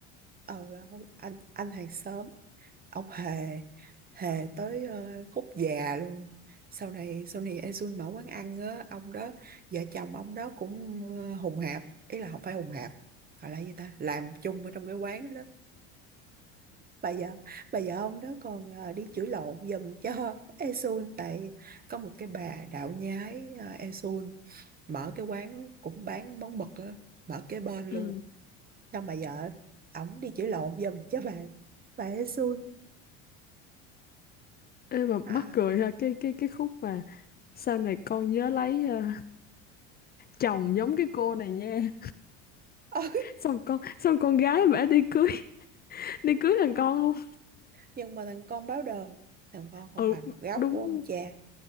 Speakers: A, on the right; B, on the left.
A: ờ không, anh anh hàng xóm ông Hề Hề tới ờ, khúc già luôn sau này sau này Esun mở quán ăn á ông đó vợ chồng ông đó cũng ờ, hùng hạp ý là không phải hùng hạp gọi là gì ta làm chung ở trong cái quán đó đó bà vợ bà vợ ông đó còn ờ, đi chửi lộn giùm cho Esun tại có một cái bà đạo nhái uh, mở cái quán cũng bán món mực á mở kế bên
B: ừ
A: luôn xong bà vợ ổng đi chữa lộn giùm cho bà bà ấy xui
B: Ê, mà
A: à
B: mắc cười ha cái cái cái khúc mà sau này con nhớ lấy ờ, chồng giống cái cô này nha
A: <laughs>
B: <laughs> xong con xong con gái bả đi cưới <laughs> đi cưới thằng con luôn
A: nhưng mà thằng con báo đời thằng con không
B: ừ
A: bằng một góc
B: đúng
A: của ông cha